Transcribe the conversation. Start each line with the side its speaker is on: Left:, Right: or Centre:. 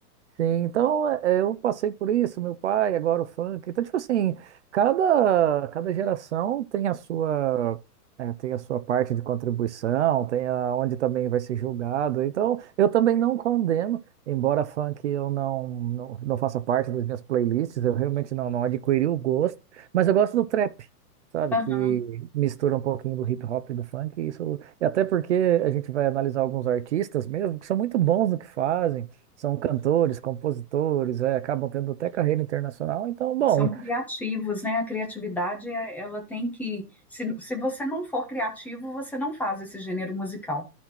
Right: Sim, então eh, eu passei por isso, meu pai, agora o funk. Então, tipo assim, cada, cada geração tem a sua, eh, tem a sua parte de contribuição, tem a, onde também vai ser julgado. Então, eu também não condeno, embora funk eu não, não, não faça parte das minhas playlists, eu realmente não, não adquiri o gosto, mas eu gosto do trap. Sabe,
Centre: Aham.
Right: que mistura um pouquinho do hip hop e do funk, e isso, e até porque a gente vai analisar alguns artistas mesmo, que são muito bons no que fazem, são cantores, compositores, é, acabam tendo até carreira internacional. Então, bom,
Centre: São criativos, né? A criatividade, é- ela tem que. Se, se você não for criativo, você não faz esse gênero musical.